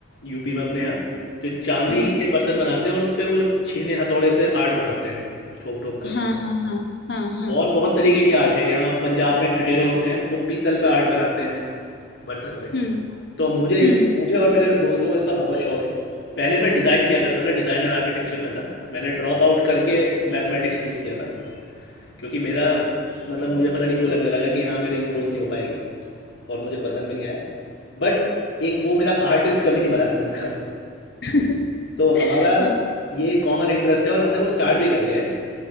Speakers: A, on the left; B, on the left.
A: यूपी में अपने यहाँ जो चांदी
B: हम्म
A: के बर्तन बनाते हैं और उस पे वो छेने हथौड़े से आर्ट बनाते हैं ठोक ठोक कर
B: हाँ हाँ हाँ हाँ हाँ
A: और बहुत तरीके की आर्ट है यहाँ पंजाब में ठठेरे होते हैं वो पीतल पे आर्ट बनाते हैं बर्तन पे
B: हम्म
A: तो मुझे इस
B: हम्म
A: मुझे और मेरे दोस्तों को इसका बहुत शौक है पहले मैं डिज़ाइन किया करता था डिज़ाइन एंड आर्किटेक्चर में था मैंने ड्रॉप आउट करके मैथमेटिक्स चूज़ किया था क्योंकि मेरा मतलब मुझे पता नहीं क्यों लगने लगा कि हाँ मेरी ग्रोथ नहीं हो पाएगी और मुझे पसंद भी नहीं आया बट एक वो मेरा आर्टिस्ट कभी नहीं मरा अंदर का
B: अच्छा
A: तो हमारा
B: <laughs>
A: ये कॉमन इंटरेस्ट है और हमने वो स्टार्ट भी कर दिया है